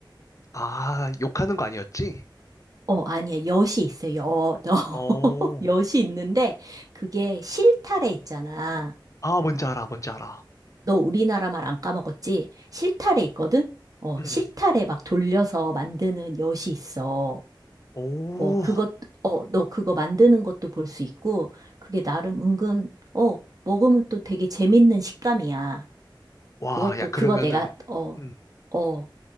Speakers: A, on the left (about 40°); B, on the right (about 45°).
A: 아, 욕하는 거 아니었지?
B: 어 아니야 엿이 있어 엿 <laughs>
A: 오,
B: 엿이 있는데 그게 실타래 있잖아.
A: 아, 뭔지 알아, 뭔지 알아.
B: 너 우리나라 말 안 까먹었지? 실타래 있거든? 어
A: 음,
B: 실타래 막 돌려서 만드는 엿이 있어.
A: 오,
B: 어, 그것, 어, 너 그거 만드는 것도 볼 수 있고, 그게 나름 은근, 어, 먹으면 또 되게 재밌는 식감이야.
A: 와,
B: 그것도,
A: 야, 그러면은,
B: 그거 내가, 어,
A: 음,
B: 어,